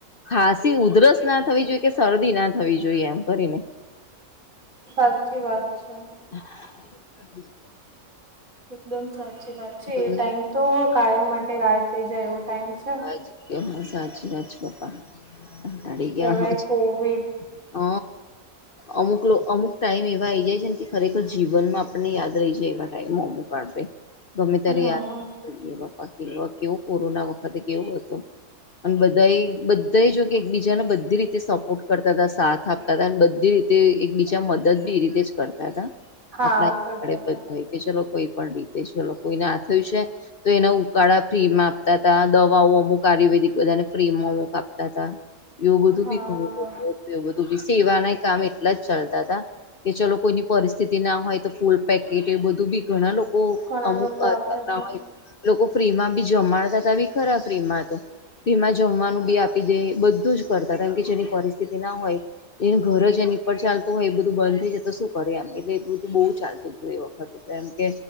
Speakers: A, on the left (about 45°); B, on the right (about 65°).
A: ખાંસી ઉધરસ ના થવી જોઈએ કે શરદી ના થવી જોઈએ એમ કરીને.
B: સાચી વાત છે.
A: <inaudible>
B: એકદમ સાચી વાત છે
A: હમ
B: એ ટાઈમ તો કાયમ માટે રાહ થઈ જાય એવો ટાઈમ. છે.
A: હ કે હ સાચી વાત પપ્પા તા
B: કેવાય
A: ગયા હ.
B: કોવિડ
A: હ. અમુક અમુક ટાઈમ એવા આઈ જાય છે ને કે ખરેખર જીવનમાં આપણને યાદ રહી જાય એવા ટાઈમો અમુક. બાળ. ગમે
B: હમ
A: ત્યારે યાદ જોઈએ બાપા કે કેવું કોરોના વખતે કેવું હતું. અને બધા બધા જો કે એકબીજાને બધી રીતે સપોર્ટ કરતા હતા સાત. થાપતા હતા અને બધી રીતે એક બીજા મદદ બી એ રીતે જ કરતા હતા
B: હા
A: આપણાડે
B: કરતા હતા.
A: કે ચલો કોઈ પણ રીતે ચલો કોઈને હા થયું છે તો એના ઉકાળા ફ્રીમાં આપતા દવાઓ અમુક આયુર્વેદિક બધાને ફ્રી માં અમુક આપતા હતા. એવું બધું
B: હા
A: બી ઘણું એું બધું બી સેવાના કામ એટલા જ ચાલતા હતાા. કે ચલો કોઈની પરિસ્થિતિ ના હોય તો ફૂલ પેકેટ એ બધું બી. ઘણા લોકો
B: ઘણા
A: અમુક
B: લોકો
A: હોય
B: આપતા હતા
A: લોકો ફ્રી માં બી જમાડતા. ત બી ખરા પ્ર ર એમાં તો. વીમાં જમવાનું બી આપી દે બધું જ કરતા કેમ કે જેની પરિસ્થિતિ ના હોય. એ ઘર જ એની પર ચાલતું હોય એ બધું બંધ થઈ જ તો શું કરે એમ એટલે એટલુંધું બહુ ચાલતું હતું એ વખતે. એમ કે